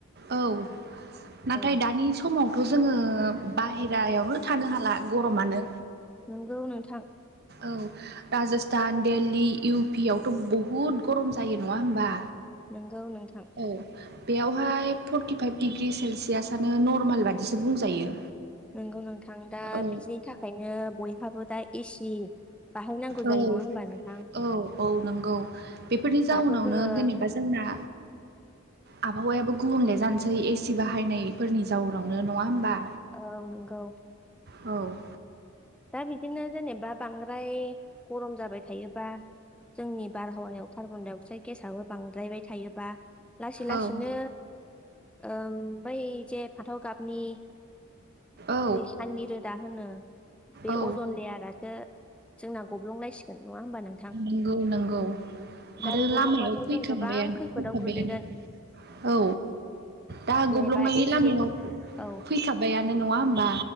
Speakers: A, on the right (about 50°); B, in the centre.
A: -औ नाथाय
B: औ
A: दानि जु समावथ' जोङो बाहेरायावनो थानो हाला गरमानो।
B: नोंगौ नोंथां।
A: औ राजस्थान दिल्ली इउ पि आवथ' बहुद गरम जायो नङा होमबा।
B: नोंगौ नोंथां।
A: औ बेयावहाय फर्टिफाइभ डिग्र्रि सेलसियासनो नरमाल बादिसो बुंजायो।
B: नोंगौ नोंथां दा
A: औ
B: बिदिनि थाखायनो बयहाबो दा एसि बाहायनांगौ
A: औ
B: जायो नङा होमबा नोंथां?
A: औ औ नंगौ बेफोरनि जाउनावनो
B: दाथ' जोङो
A: जेनेबा जोंना आबहावायाबो गुबुनले जानोसै एसि बाहायनायफोरनि जाउनावनो नङा होमबा।
B: औ नोंगौ।
A: औ
B: दा बिदिनो जेनेबा बांद्राय गरम जाबाय थायोबा जोंनि बारहावायाव कार्बन डाइ अक्साइड गेसआबो बांद्रायबाय थायोबा। लासै लासैनो
A: औ
B: ओ बै जे फाथाव गाबनि
A: औ
B: जे साननि रोदा होनो बे
A: औ
B: अजन लेयारासो जोंना गब्लं लासिगोन नङा होमबा नों
A: नंगौ नंगौ आरो
B: दा बे गब्लंबाथ'
A: लामायाव फैखांबायानो
B: जों गोबां खैफोदाव
A: फैखाबायानो
B: गोग्लैगोन
A: औ दा
B: जेनेबा
A: गब्लंनायनि
B: एसिड
A: लामायाव
B: औ
A: फैखाबायानो नङा होमबा